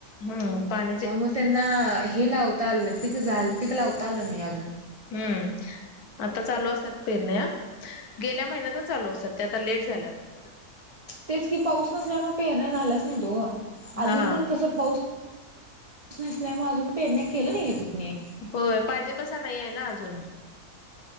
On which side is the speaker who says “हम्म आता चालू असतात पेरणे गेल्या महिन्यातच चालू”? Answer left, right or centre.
Left